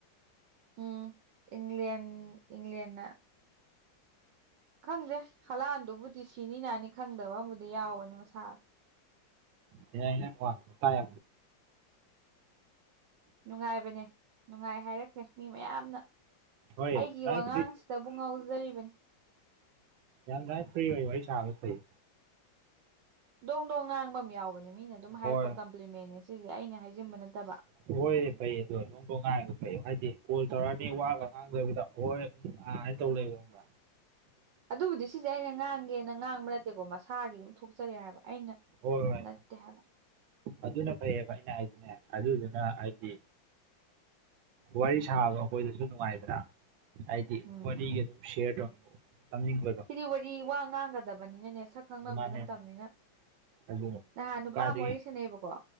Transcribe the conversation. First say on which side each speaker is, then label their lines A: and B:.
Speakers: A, on the right; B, on the right.
A: ꯎꯝ ꯏꯪꯂꯂꯤꯌꯥꯟ ꯏꯪꯂꯂꯤꯌꯥꯟꯅ ꯈꯪꯗꯦ ꯍꯂꯥꯟꯗꯨꯕꯨꯗꯤ ꯁꯤꯅꯤ ꯅꯥꯅꯤ ꯈꯪꯗꯕ ꯑꯃꯕꯨꯗꯤ ꯌꯥꯎꯕꯅꯤ ꯃꯁꯥ
B: ꯍ ꯌꯥꯅꯦ ꯀ ꯇꯥꯏ
A: ꯅꯨꯡꯉꯥꯏꯕꯅꯦ ꯅꯨꯡꯉꯥꯏ ꯍꯥꯏꯔꯛꯈ꯭ꯔꯦ ꯃꯤ ꯃꯌꯥꯝꯅ
B: ꯍꯣꯏ
A: ꯑꯩꯒꯤ
B: ꯂꯥꯏ
A: ꯋꯥꯉꯥꯡ ꯆꯕꯨ ꯉꯥꯎꯖꯔꯤꯕꯅꯤ
B: ꯌꯥꯥꯏ ꯐꯔꯤ ꯍꯥꯏꯁ ꯐ
A: ꯗꯣꯡ ꯗꯣꯡ ꯉꯥꯡꯕ ꯑꯃ ꯌꯥꯎꯕꯅꯦ ꯃꯤꯅ ꯑꯗꯨꯝ ꯍꯥꯏꯔꯛꯄ
B: ꯍꯣꯏ
A: ꯀꯝꯄ꯭ꯂꯤꯃꯦ ꯁꯤꯁꯦ ꯑꯩꯅ ꯍꯥꯏꯖꯤꯟꯕ ꯅꯠꯇꯕ
B: ꯍꯣꯏꯑ ꯐꯩ ꯑꯗꯣ ꯅꯣꯡꯗꯣ ꯉꯥꯏꯕ ꯐꯩ ꯍꯥꯏꯗꯤ ꯀꯣꯜ ꯇꯧꯔꯛꯑꯅꯤ ꯋꯥꯒ ꯉꯥꯡꯗꯕꯤꯗ ꯍꯣꯏ ꯑ ꯇꯧ ꯏꯕꯝꯕ꯭ꯔ
A: ꯑꯗꯨꯕꯨꯗꯤ ꯁꯤꯁꯦ ꯑꯩꯅ ꯉꯥꯡꯒꯦꯅ ꯉꯥꯡꯕ ꯅꯠꯇꯦꯀꯣ ꯃꯁꯥꯒꯤ ꯑꯗꯨꯝ ꯊꯣꯛꯆꯔꯦ ꯍꯥꯏꯕ ꯑꯩꯅ
B: ꯍꯣꯏ ꯍꯣꯏ ꯍ
A: ꯅꯠꯇꯦ ꯍꯥꯏꯕ
B: ꯑꯗꯨꯅ ꯐꯩꯌꯦꯕ ꯑꯩꯅ ꯍꯥꯏꯗꯤꯅꯦ ꯑꯗꯨꯗꯨꯅ ꯍꯥꯏꯗꯤ ꯋꯥꯔꯤ ꯁꯥꯕꯗꯣ ꯑꯩꯈꯣꯏꯗꯁꯨ ꯅꯨꯡꯉꯥꯏꯕ꯭ꯔꯥ ꯍꯥꯏꯗꯤ
A: ꯎꯝ
B: ꯋꯥꯅꯤꯒ ꯑꯗꯨꯔ ꯀ
A: ꯁꯤꯗꯤ ꯋꯥꯔꯤ ꯋꯥ ꯉꯥꯡꯒꯗꯕꯅꯤꯅꯅꯦ ꯁꯛ ꯈꯪꯅꯕꯁꯨ
B: ꯃꯥꯅꯦ
A: ꯅꯠꯇꯕꯅꯤꯅ
B: ꯃꯥꯅꯦ ꯑꯗꯨ
A: ꯅꯍꯥꯟ ꯅꯨꯄꯥ
B: ꯀꯥꯏꯗꯒꯤ
A: ꯃꯔꯤ ꯁꯅꯩꯕꯀꯣ